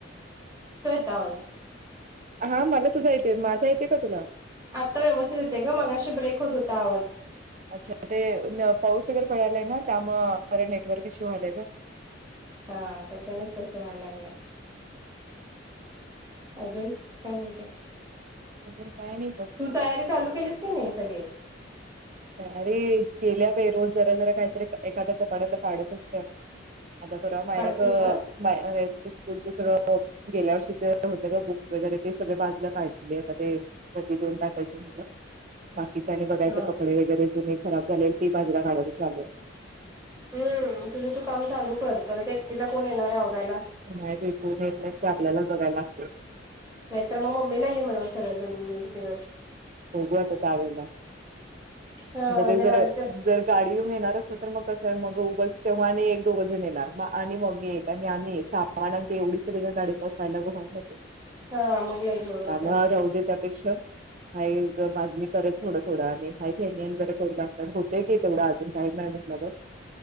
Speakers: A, on the right; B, on the right.
A: येतोय आता आवाज.
B: हा मला तुझा येतेय माझा येतेय का तुला
A: आता व्यवस्थित येतय ग मगाशी ब्रेक होत होता आवाज
B: अच्छा ते नं पाऊस वगैरे पडायलाय ना त्यामुळ खर नेटवर्क इशू व्हायलाय ग
A: हा त्याच्यानीच तसं व्हायळा लागलंय. अजून काय म्हणते
B: अजून काय नाही बघ
A: तू तयारी चालू केलीस की नाही सगळी.
B: तयारी केल्या बाई रोज जरा जरा काहीतरी एखाद्या कपाड्यातला काढत असत आता परवा मायराच
A: काढतीस ना
B: माय हे ते स्कूलचे सगळं गेल्या वर्षीचे होते का बुक्स वगैरे ते सगळ बाजूला काढलेले आता ते रद्दी देऊन टाकायचीये मला. बाकीचे आणि बघायचे
A: हा.
B: कपडे वगैरे जुनी खराब झालेल ते बाजूला काढायचे चालू आहे.
A: हम्म तुझे तू काम चालू कर परत एकटीला कोण येणार आहे आवरायला.
B: न्हाय बय पोर आहेत स आपल्याला बघायला लागत.
A: नायतर मं मम्मीला घे म्हणाव सरळ दोन तीन दिवस
B: बघूया आता त्यावेळेला
A: हा
B: बघीन जर
A: आली तर
B: जर गाडी घेऊन येणार असल तर मग कसं आहे मग उगस तेव्हा आणि एक दोघ जण येणार आणि मग मम्मी एक आणि आम्ही सहा आणि ते एवढी सगळी ग गाडी पास व्हयला ग होऊ जात.
A: हा मग लई लोड
B: त्यामुळं
A: होतय
B: राहु दे त्यापेक्षा हा ये ग बादमे करेल थोडं थोडं आणि हे न जरा करू लागतात होतेय की तेवढं अजून टाईम हाय म्हटलं ग <unintelligible>